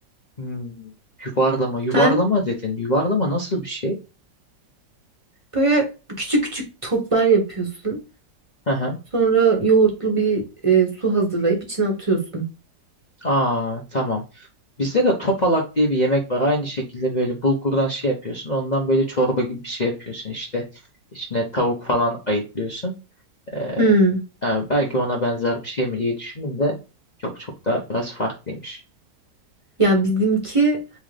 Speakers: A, on the left; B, on the right.
A: Hmm. Yuvarlama, yuvarlama
B: Sen
A: dedin. Yuvarlama nasıl bir şey?
B: böyle küçük küçük toplar yapıyorsun.
A: Hı hı.
B: Sonra yoğurtlu bir e, su hazırlayıp içine atıyorsun.
A: Aa tamam. Bizde de topalak diye bir yemek var. Aynı şekilde böyle bulgurdan şey yapıyorsun. Ondan böyle çorba gibi bir şey yapıyorsun. İşte içine tavuk falan ayıklıyorsun. Ee,
B: Hmm.
A: e, belki ona benzer bir şey mi diye düşündüm de çok çok da biraz farklıymış.
B: Ya bizimki